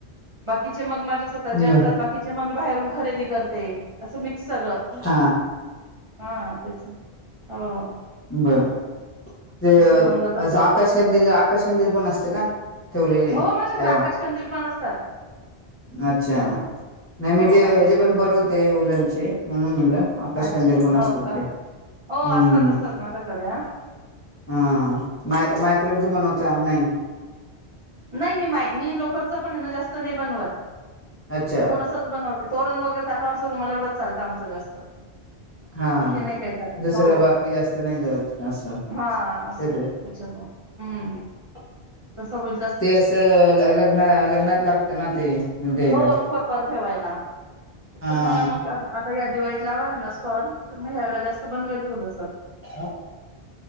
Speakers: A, on the right (about 40°); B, on the left (about 15°).
A: बाकीचे मग माझ्या स्वतःचे
B: बर
A: असतात, बाकीचे म बाहेरून खरेदी करते, असं मिक्स सगळं
B: हा
A: हा तेच ना. हो.
B: बरं ते
A: जसं जमलं तसं.
B: असं आकाशकंदील आकाश कंदिल पण असतं का? ठेवलेली
A: हो माझ्याकडं
B: तेव्हा
A: आकाश कंदीर पण असतात.
B: अच्छा. नाही
A: हो,
B: मी ते
A: आकाशकंदील.
B: ह्याचेे पण बनवते उलनचे म्हणून म्हणलं. आकाशकंदील
A: अच्छा,
B: पण असतात
A: हो का?
B: काय
A: हो
B: हम्म
A: असतात असतात माझ्याकडे ह.
B: हा माय मायक्रोमच बनवता नाही.
A: नाही मी माय मी लोकरच पण ना जास्त नाही बनवत,
B: अच्छा
A: थोडसंच बनव ते तोरण वगैरे ताटावरचा रुमाल एवढं चालतं आमचं जास्त.
B: हा
A: बाकी नाही काय चालत
B: दुसरं
A: हो,
B: बाकी जास्त नाही जळत असं
A: हा असं
B: ते ते
A: त्याच्या म हम्म, तसं होई
B: ते असं लग्न लग्नात लागतं ना ते. द्यायला
A: हो, रुखवतवर ठेवायला त्याच्यामुळे
B: हा
A: मग आ या दिवाळीत लावनार आहे ना स्टॉल तर मग यावेळी जास्त बनवेल थोडंसं
B: ह